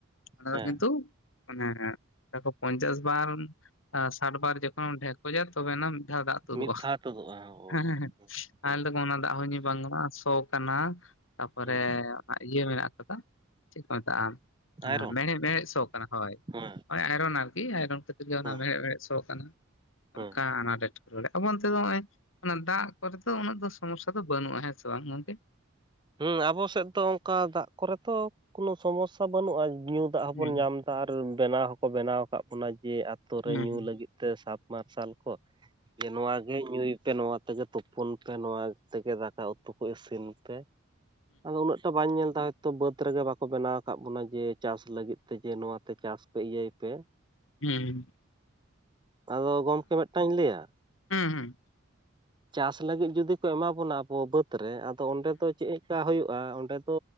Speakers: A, on the left; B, on the right.
A: ᱚᱱᱟ
B: ᱦᱮᱸ
A: ᱫᱚ ᱠᱤᱱᱛᱩ ᱢᱟᱱᱮ ᱫᱟᱠᱚ ᱯᱚᱧᱪᱟᱥ ᱵᱟᱨ ᱟ ᱥᱟᱴ ᱵᱟᱨ ᱡᱚᱠᱷᱚᱱ ᱰᱷᱮᱜᱠᱚᱡᱟ ᱛᱚᱵᱮᱱᱟ ᱢᱤᱫ ᱫᱷᱟᱣ ᱫᱟᱜ ᱛᱩᱫᱩᱜᱼᱟ
B: ᱢᱤᱫ ᱫᱷᱟᱣ ᱛᱩᱫᱩᱜᱼᱟ ᱳ
A: ᱦᱮᱸ᱾
B: ᱦᱩᱸ
A: ᱟᱨ ᱞᱟᱹᱭ ᱫᱟᱠᱚ ᱚᱱᱟ ᱫᱟᱜ ᱦᱚᱸ ᱧᱩ ᱵᱟᱝ ᱜᱟᱱᱚᱜᱼᱟ ᱥᱚ ᱠᱟᱱᱟ᱾ ᱛᱟᱯᱚᱨᱮ
B: ᱦᱩᱸ
A: ᱚᱱᱟ ᱤᱭᱟᱹ ᱢᱮᱱᱟᱜ ᱟᱠᱟᱫᱟ᱾ ᱪᱮᱫ ᱠᱚ ᱢᱮᱛᱟᱜᱼᱟ ᱟ
B: ᱟᱭᱨᱚᱱ
A: ᱢᱮᱬᱦᱮᱫ ᱢᱮᱦᱮᱫ ᱥᱚ ᱠᱟᱱᱟ ᱦᱚᱭ᱾
B: ᱦᱮᱸ
A: ᱦᱚᱭ ᱟᱭᱨᱚᱱ ᱟᱨᱠᱤ ᱟᱭᱨᱚᱱ ᱠᱷᱟᱹᱛᱤᱨ ᱜᱮ ᱚᱱᱟ
B: ᱦᱮᱸ
A: ᱢᱮᱲᱦᱮᱫ ᱢᱮᱲᱦᱮᱫ ᱥᱚ ᱠᱟᱱᱟ
B: ᱦᱮᱸ
A: ᱚᱱᱠᱟ ᱟᱱᱟᱴ <inaudible> ᱟᱵᱚ ᱚᱱᱛᱮ ᱫᱚ ᱦᱚᱜᱼᱚᱭ ᱚᱱᱮ ᱫᱟᱜ ᱠᱚᱨᱮ ᱫᱚ ᱩᱱᱟᱹᱜ ᱫᱚ ᱥᱚᱢᱚᱥᱥᱟ ᱫᱚ ᱵᱟᱹᱱᱩᱜᱼᱟ ᱦᱮᱸ ᱥᱮ ᱵᱟᱝ ᱜᱚᱝᱠᱮ?
B: ᱦᱩᱸ ᱟᱵᱚ ᱥᱮᱫ ᱫᱚ ᱚᱱᱠᱟ ᱫᱟᱜ ᱠᱚᱨᱮ ᱛᱚ ᱠᱳᱱᱚ ᱥᱚᱢᱚᱥᱥᱟ ᱵᱟᱹᱱᱩᱜᱼᱟ ᱧᱩ ᱫᱟᱜ ᱦᱚᱸᱵᱚᱱ
A: ᱦᱩᱸ
B: ᱧᱟᱢ᱾ ᱛᱟ ᱟᱨ ᱵᱮᱱᱟᱣ ᱦᱚᱸᱠᱚ ᱵᱮᱱᱟᱣ ᱠᱟᱜ ᱵᱚᱱᱟ ᱡᱮ ᱟᱛᱳ
A: ᱦᱩᱸ
B: ᱨᱮ ᱧᱩ
A: ᱦᱩᱸ
B: ᱞᱟᱹᱜᱤᱫ ᱛᱮ ᱥᱟᱵ ᱢᱟᱨᱥᱟᱞ ᱠᱚ᱾ ᱡᱮ ᱱᱚᱣᱟ ᱜᱮ ᱧᱩᱭ ᱯᱮ ᱱᱚᱣᱟ ᱛᱮᱜᱮ ᱛᱳ ᱯᱳᱱ ᱯᱮ ᱱᱚᱣᱟ ᱛᱮᱜᱮ ᱫᱟᱠᱟ ᱩᱛᱩ ᱠᱚ ᱤᱥᱤᱱ ᱯᱮ ᱟᱫᱚ ᱩᱱᱟᱹᱜ ᱴᱟ ᱵᱟᱹᱧ ᱧᱮᱞ ᱫᱟᱲᱮ ᱛᱚ ᱵᱟᱹᱫ ᱨᱮᱜᱮ ᱵᱟᱠᱚ ᱵᱮᱱᱟᱣ ᱠᱟᱜ ᱵᱚᱱᱟ ᱡᱮ ᱪᱟᱥ ᱞᱟᱹᱜᱤᱫ ᱛᱮᱜᱮ ᱱᱚᱣᱟ ᱛᱮ ᱪᱟᱥ ᱯᱮ ᱤᱭᱟᱹᱭ ᱯᱮ᱾
A: ᱦᱩᱸ
B: ᱟᱫᱚ ᱜᱚᱢᱠᱮ ᱢᱮᱫᱴᱟᱝ ᱤᱧ ᱞᱟᱹᱭᱟ?
A: ᱦᱩᱸ ᱩᱸ
B: ᱪᱟᱥ ᱞᱟᱹᱜᱤᱫ ᱡᱩᱫᱤ ᱠᱚ ᱮᱢᱟ ᱵᱚᱱᱟ ᱟᱵᱚ ᱵᱟᱹᱫ ᱨᱮ ᱟᱫᱚ ᱚᱸᱰᱮ ᱫᱚ ᱪᱮᱫ ᱠᱟ ᱦᱩᱭᱩᱜᱼᱟ ᱚᱸᱰᱮ ᱫᱚ